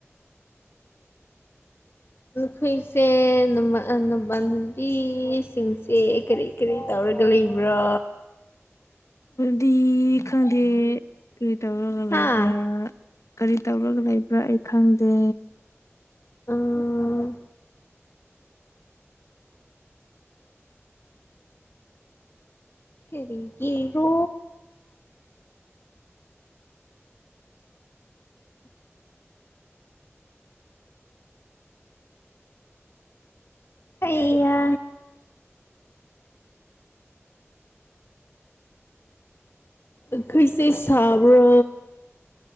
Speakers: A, on the left; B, on the left.
A: ꯅꯈꯣꯏꯁꯦ ꯅꯥꯃꯟꯅꯕꯤꯁꯤꯡꯁꯦ ꯀꯔꯤ ꯀꯔꯤ ꯇꯧꯔ ꯂꯩꯕ꯭ꯔꯥ
B: ꯗꯤ ꯈꯪꯗꯦ ꯀꯔꯤ ꯇꯧꯔꯒ
A: ꯍꯥ
B: ꯂꯩꯕ꯭ꯔꯥ ꯀꯔꯤ ꯇꯧꯔꯒ ꯂꯩꯕ꯭ꯔꯥ ꯑꯩ ꯈꯪꯗꯦ
A: ꯑꯥ ꯀꯔꯤꯒꯤꯔꯣ ꯍꯩ ꯍꯥ ꯑꯈꯣꯏꯁꯦ ꯁꯥꯕ꯭ꯔꯣ